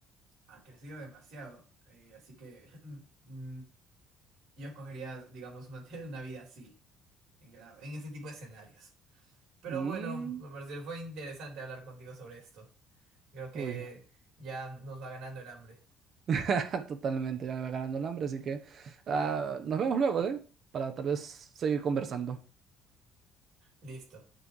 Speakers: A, on the right; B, on the right.
A: Ha crecido demasiado. eh, así que <laughs> mm, yo escogería, digamos, <laughs> mantener una vida así, en, gra- en ese tipo de escenarios. Pero
B: Mm,
A: bueno, Marcial, fue interesante hablar contigo sobre esto. Creo que
B: uy,
A: ya nos va ganando el hambre.
B: <laughs> totalmente, ya me va ganando el hambre, así que ah, nos vemos luego, ¿eh? Para tal vez seguir conversando.
A: Listo.